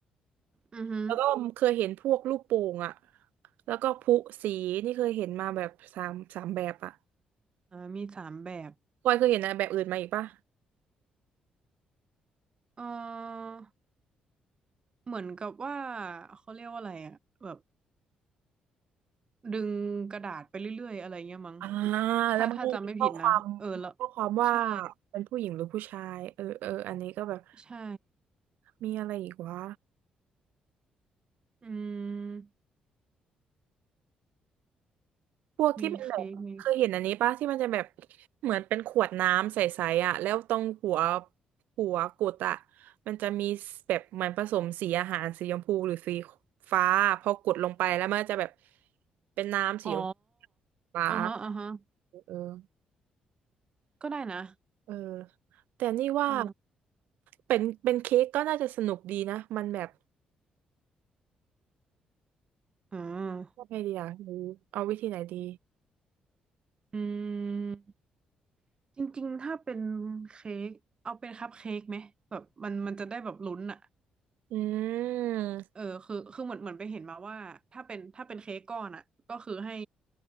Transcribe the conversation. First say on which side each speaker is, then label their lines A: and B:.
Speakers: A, on the right; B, on the right.
A: อือหือ
B: แล้วก็เคยเห็นพวกลูกโป่งอะแล้วก็พลุสีนี่เคยเห็นมาแบบสามสามแบบอะ
A: อ่ามีสามแบบ
B: พลอยเคยเห็นอะแบบอื่นมาอีกปะ
A: เออเหมือนกับว่าเขาเรียกว่าอะไรอะแบบดึงกระดาษไปเรื่อยๆอะไรเงี้ยมั้ง
B: อ่า
A: ถ้าถ้าจำไม่ผิดนะเออแล้ว
B: แล้วมันก็มีข้อความข้อความว่า
A: ใช่
B: เป็นผู้หญิงหรือผู้ชายเออเอออันนี้ก็แบบ
A: ใช่
B: มีอะไรอีกวะ
A: อืม
B: พวกที่เป็นแบบเคยเห็นอันนี้ปะที่มันจะแบบ
A: มีเค้กมี
B: เหมือนเป็นขวดน้ำใสๆอ่ะแล้วตรงหัวหัวกุดอ่ะมันจะมีแบบเหมือนผสมสีอาหารสีชมพูหรือสีฟ้าพอกดลงไปแล้วมันจะแบบเป็นน้ำสีชมพู
A: อ๋อ
B: ฟ้า
A: อ่าฮะอ่าฮะ
B: เออ
A: ก็ได้นะ
B: เออแต่นี่ว่า
A: ก็
B: เป็นเป็นเค้กก็น่าจะสนุกดีนะมันแบบ
A: อืม
B: ยังไงดีอ่ะหรือเอาวิธีไหนดี
A: อืม จริงๆถ้าเป็นเค้กเอาเป็นคัพเค้กไหมแบบมันมันจะได้แบบลุ้นอ่ะ
B: อืม
A: เออคือคือเหมือนเหมือนไปเห็นมาว่าถ้าเป็นถ้าเป็นเค้กก้อนอ่ะก็คือให้